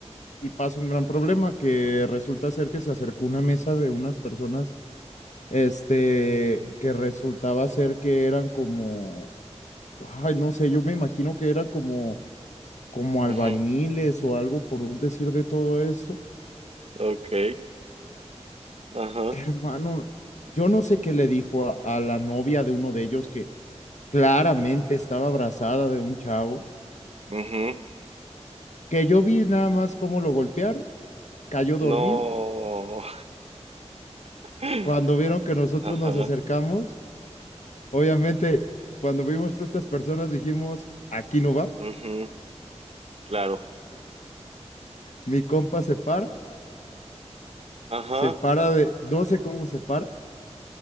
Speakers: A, on the left; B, on the right.
A: y pasa un gran problema que resulta ser que se acercó una mesa de unas personas, este, que resultaba ser que eran como, ay, no sé, yo me imagino que eran como, como
B: ujú.
A: albañiles o algo por un decir de todo esto.
B: Ok. Ajá.
A: <laughs> Hermano, yo no sé qué le dijo a, a la novia de uno de ellos que claramente estaba abrazada de un chavo,
B: Ujú.
A: que yo vi nada más cómo lo golpearon, cayó dormido
B: No. <laughs>
A: cuando vieron que nosotros
B: Ajá.
A: nos acercamos, obviamente, cuando vimos a estas personas dijimos, aquí no va,
B: Ujú. Claro.
A: mi compa se para,
B: Ajá.
A: se para de, no sé cómo se para,